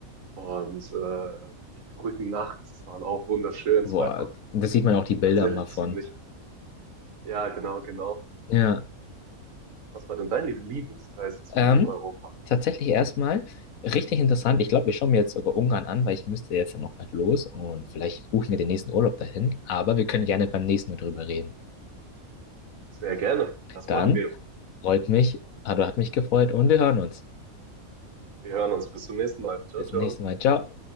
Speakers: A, on the right; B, on the left.
A: Und äh, die Brücken nachts waren auch wunderschön.
B: Boah,
A: Es war einfach
B: das sieht man auch die Bilder
A: tatsächlich
B: mal von.
A: ziemlich. Ja, genau, genau.
B: Ja.
A: Was war denn dein Lieb- Lieblingsreiseziel
B: Ähm,
A: in Europa?
B: tatsächlich erstmal richtig interessant. Ich glaube, wir schauen mir jetzt sogar Ungarn an, weil ich müsste jetzt ja noch bald los und vielleicht buchen wir den nächsten Urlaub dahin. Aber wir können gerne beim nächsten Mal drüber reden.
A: Sehr gerne. Das
B: Dann
A: machen wir.
B: freut mich, also hat mich gefreut und wir hören uns.
A: Wir hören uns. Bis zum nächsten Mal. Ciao,
B: Bis
A: ciao.
B: zum nächsten Mal. Ciao.